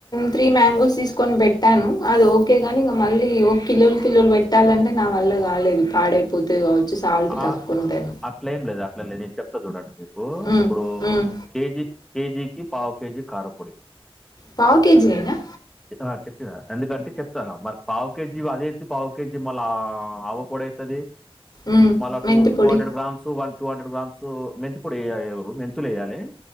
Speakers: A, on the left; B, in the centre.
A: త్రీ మ్యాంగోస్ తీసుకొని పెట్ పెట్టాను అది ఓకే గాని ఇంక మళ్ళీ ఒక కిలోలు కిలోలు పెట్టాలంటే నా వల్ల కాలేదు పాడైపోతే కావచ్చు సాల్ట్
B: ఆ
A: తక్కువ ఉంటేను
B: అట్లే ఏం లేదు అట్లాదు నేను చెప్తా చూడండి మీరు
A: ఉమ్
B: ఇప్పుడు
A: ఉమ్
B: కేజీ కేజీకి పావు కేజీ కారపొడి
A: పవ్ కేజీ అనా
B: చె- ఆ ఎందుకంటే చెప్తారా మరి పావు పా కేజీ అదే అతే పావు కేజీ మళ్ళ ఆవ పడవుతుది
A: ఉమ్
B: మళ్ టూ
A: మెంతి
B: టూ
A: పొడి
B: hundred grams one two hundred grams మెంతు కూడా వయ మెంతులు వయాలి